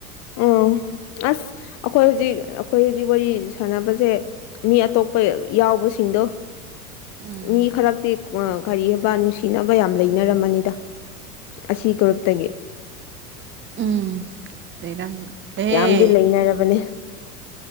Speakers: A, on the left; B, on the right.
A: ꯎ ꯑꯁ ꯑꯩꯈꯣꯏ ꯍꯧꯖꯤꯛ ꯑꯩꯈꯣꯏ ꯍꯧꯖꯤꯛ ꯋꯥꯔꯤ ꯁꯥꯟꯅꯕꯁꯦ ꯃꯤ ꯑꯇꯣꯞꯄ ꯌꯥꯎꯕꯁꯤꯡꯗꯣ
B: ꯎꯝ
A: ꯃꯤ ꯈꯔꯛꯇꯤ ꯑ ꯀꯔꯤ ꯍꯥꯏꯕ ꯅꯨꯡꯁꯤꯅꯕ ꯌꯥꯝ ꯂꯩꯅꯔꯝꯃꯅꯤꯗ ꯑꯁꯤ ꯒ꯭ꯔꯨꯞꯇꯒꯤ
B: ꯎꯝ ꯁꯤꯔꯝ ꯑꯦ
A: ꯌꯥꯝꯗꯤ ꯂꯩꯅꯔꯕꯅꯦ